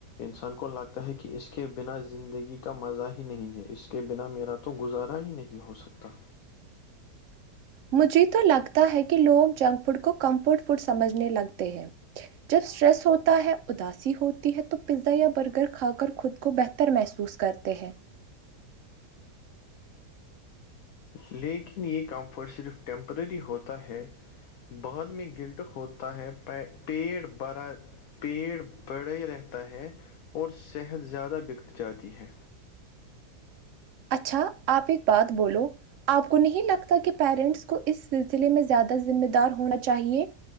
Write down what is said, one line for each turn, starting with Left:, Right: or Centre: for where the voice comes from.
Left: انسان کو لگتا ہے کہ اس کے بنا زندگی کا مزہ ہی نہیں ہے اس کے بنا میرا تو گزارا ہی نہیں ہو سکتا
Right: مجھے تو لگتا ہے کہ لوگ جنک فوڈ کو کمفرٹ فوڈ سمجھنے لگتے ہیں جب اسٹریس ہوتا ہے اداسی ہوتی ہے تو پیزا یا برگر کھا کر خود کو بہتر محسوس کرتے ہیں
Left: لیکن یہ کمفرٹ صرف ٹیمپرری ہوتا ہے بعد میں گلٹ ہوتا ہے پا پیٹ بھرا پیٹ بڑھے رہتا ہے اور صحت زیادہ بگڑ جاتی ہے
Right: اچھا آپ ایک بات بولو آپ کو نہیں لگتا کہ پیرنٹس کو اس سلسلے میں زیادہ ذمہ دار ہونا چاہیے